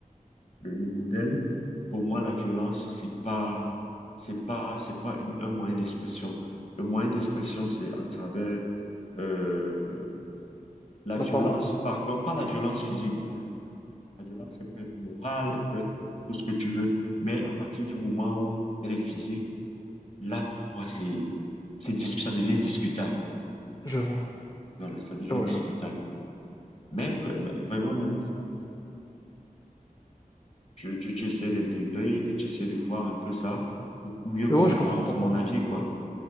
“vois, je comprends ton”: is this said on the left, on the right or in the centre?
Left